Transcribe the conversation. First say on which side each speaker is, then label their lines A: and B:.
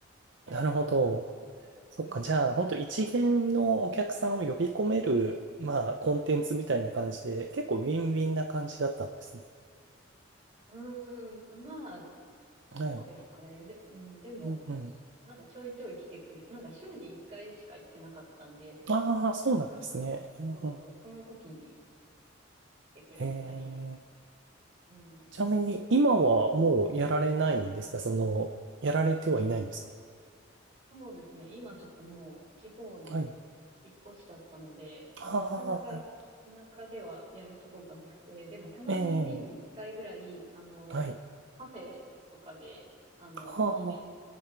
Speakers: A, on the right (about 35°); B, on the right (about 65°).
A: やってました。
B: なるほど。そっか、
A: うん。
B: じゃあ、本当一元のお客さんを呼び込める、まあ、コンテンツみたいな感じで、結構ウィンウィンな感じだったんですね。
A: うーん、まあ、
B: はい。
A: そうですかね。で、うん、でも、
B: うんうん。
A: なんかちょいちょい来てくれ、なんか週に一回しか行ってなかったんで、
B: ああ、そうなんですね。
A: なんか、
B: うんうん。
A: そうそう、その時に来てくれたり、
B: ええ、
A: うん、
B: ちなみに、今はもうやられないんですかその、やられてはいないんです
A: そうですね。今ちょっともう地方に
B: かはい。
A: 引っ越しだったので、まあなかなか田舎ではやるとこがなくて、
B: ああ、なるほ
A: でもたまに年に一回ぐらい、
B: ど。ええ、
A: あの、
B: はい。
A: カフェとかで、あの、
B: ああ、
A: イベント